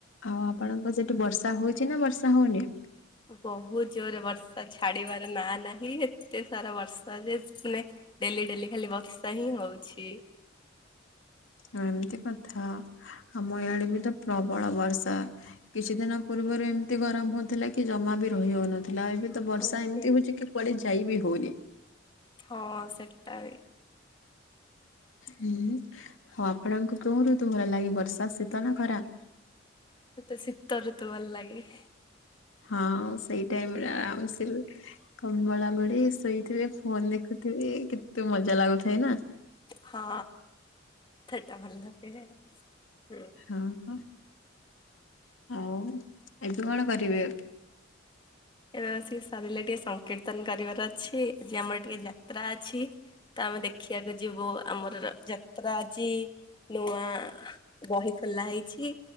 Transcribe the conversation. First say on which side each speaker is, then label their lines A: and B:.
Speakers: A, on the left (about 90°); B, on the left (about 25°).
A: ଆଉ ଆପଣଙ୍କ ସେଠି ବର୍ଷା ହଉଛି ନା ବର୍ଷା ହଉନି?
B: ବହୁତ ଜୋରେ ବର୍ଷା ଛାଡିବାର ନା ନାହିଁ, ଏତେ ସାରା ବର୍ଷା ଯେ ମାନେ ଡେଲି ଡେଲି ଖାଲି ବର୍ଷା ହିଁ ହଉଛି।
A: ଏମିତି କଥା, ଆମ ଏଇଆଡେ ବି ତ ପ୍ରବଳ ବର୍ଷା କିଛି ଦିନ ପୂର୍ବରୁ ଏମିତି ଗରମ ହଉଥିଲା କି ଜମା ବି ରହିହଉନଥିଲା, ଏବେ ତ ବର୍ଷା
B: ଆଜ୍ଞା
A: ଏମିତି ହଉଛି କି କୁଆଡେ ଯାଇ ବିି ହଉନି।
B: ହଁ ସେଟା ବି
A: ହୁଁ ହଉ ଆପଣଙ୍କୁ କେଉଁ ଋତୁ ଭଲ ଲାଗେ- ବର୍ଷା, ଶୀତ ନା ଖରା।
B: ମତେ ଶୀତଋତୁ ଭଲଲାଗେ।
A: ହଁ ସେଇ ଟାଇମରେ ଆରାମସେ କମଳା ଗଡି ଶୋଇ ଏଥିରେ ଫୋନ ଦେଖୁଥିବି କେତେ ମଜା ଲାଗୁଥାଏ ନା।
B: ହଁ ସେଟା ଭଲ ଲାଗେ, ଉଁ
A: ହଁ ହଁ, ଆଉ ଏବେ କଣ କରିବେ?
B: ଏବେ ବସି ସରିଲେ ଟିକେ ସଂକୀର୍ତ୍ତନ କରିବାର ଅଛି, ଆଜି ଆମର ଟିକେ ଯାତ୍ରା ଅଛି। ତ ଆମେ ଦେଖିବାକୁ ଯିବୁ ଆମର ଯାତ୍ରା ଆଜି ନୂଆ ବହି ଖୋଲା ହେଇଛି।